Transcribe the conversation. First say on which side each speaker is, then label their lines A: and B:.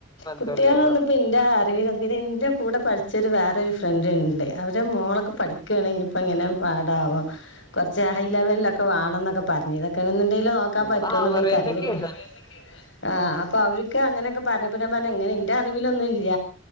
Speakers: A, on the left (about 20°); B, on the left (about 65°).
A: ബന്ധല്ലല്ലോ
B: കുട്ടികളൊന്നും പിന്റെ അറിവില് പിന്നെ എന്റെ കൂടെ പഠിച്ചരു വേറെ ഒരു ഫ്രണ്ട് ഉണ്ട് അവ രെ മോളൊക്കെ പഠിക്കുകയാണെങ്കി ഇപ്പ ഇങ്ങന പാടാവൊ കുറച്ച് ഹൈലെവലിലൊക്കെ വേണം എന്നൊക്കെ പറഞ്ഞ് ഇതൊക്കെ എങ്ങനെന്തേലും <unintelligible>
A: നമ്മള് ആവറേജൊക്കെയാണ്
B: <unintelligible> ആഹ് അപ്പൊ അവർക്ക് അങ്ങനെയൊക്കെ പറഞ്ഞ അപ്പ ഞാൻ പറഞ്ഞ എങ്ങനെ എന്റെ അറിവിലൊന്നുല്ല